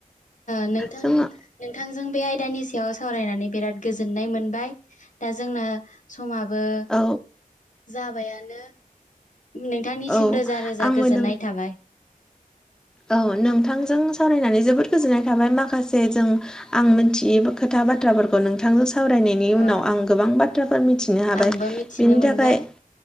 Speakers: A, on the left; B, in the centre.
A: नोंथां
B: जोङो
A: नोंथांजों बे आयदानि सायाव सावरायनानै बिराद गोजोननाय मोनबाय दा जोंना समाबो
B: औ
A: जाबायानो नोंथांनिसिम
B: औ
A: रोजा रोजा
B: आंबो
A: गोजोननाय
B: नों
A: थाबाय
B: औ नोंथांजों सावरायनानै जोबोद गोजोननाय थाबाय माखासे जों आं मिथियि खोथा बाथ्राफोर खौ नोंथांजों सावरायनायनि उनाव
A: औ
B: आं गोबां बाथ्राफोर मिथिनो हाबाय
A: आंबो मिथिनो
B: बेनि
A: मोनबाय
B: थाखाय